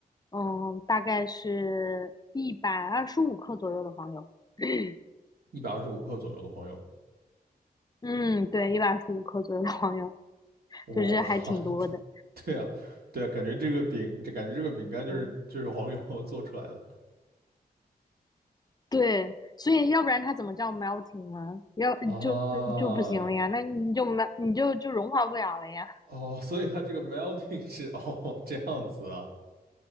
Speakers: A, on the left; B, on the right.
A: 嗯、大概是一百二十五克左右的黄油。<clears throat>
B: 一百二十五克左右的黄油。
A: 嗯，对，一百二十五克左右的黄油，
B: 哇，<laughs>
A: 就是还挺多的。
B: 对啊，对啊，感觉这个饼，这感觉这个饼干就是就是黄油
A: 嗯，
B: <laughs> 做出来的
A: 对，所以要不然它怎么叫 melting 呢？要就就不行了呀，
B: 啊。
A: 那你就没你就就融化不了了呀。
B: 哦，所以它这个 melting 是哦这样子啊，